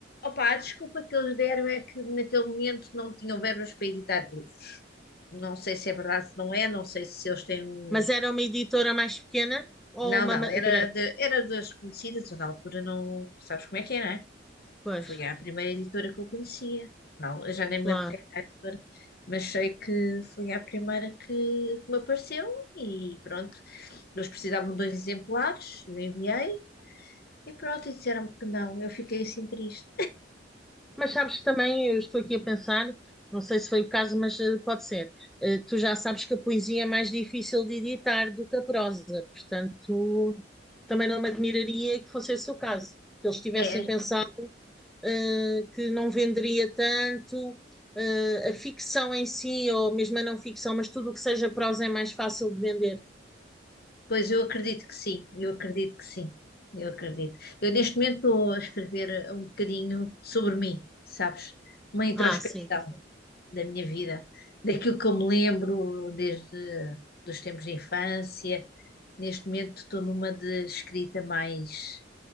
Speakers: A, on the left; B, in the centre.
A: opa, a desculpa que eles deram é que naquele momento não tinham verbas para editar livros. Não sei se é verdade, se não é, não sei se eles têm um...
B: Mas era uma editora mais pequena ou
A: Não,
B: uma
A: não,
B: ma-
A: era,
B: grande?
A: de, era das conhecidas, eu na altura não... Sabes como é que é, né? é?
B: Pois,
A: Foi a primeira editora que eu conhecia. Não, eu já nem me
B: claro.
A: lembro quem era a editora, mas sei que foi a primeira que, que me apareceu e pronto. Eles precisavam de dois exemplares, eu enviei e pronto, e disseram-me que não. Eu fiquei assim triste.
B: Mas sabes que também, eu estou aqui a pensar, não sei se foi o caso, mas eh, pode ser. Eh, tu já sabes que a poesia é mais difícil de editar do que a prosa, portanto, também não me admiraria que fosse esse o caso, que eles tivessem
A: É,
B: pensado, eh, que não venderia tanto, eh, a ficção em si, ou mesmo a não ficção, mas tudo o que seja prosa é mais fácil de vender.
A: pois eu acredito que sim, eu acredito que sim, eu acredito. Eu neste momento estou a escrever um bocadinho sobre mim, sabes? Uma introspecção
B: Ah, sim, sim.
A: da minha vida, daquilo que eu me lembro desde dos tempos de infância. Neste momento estou numa de escrita mais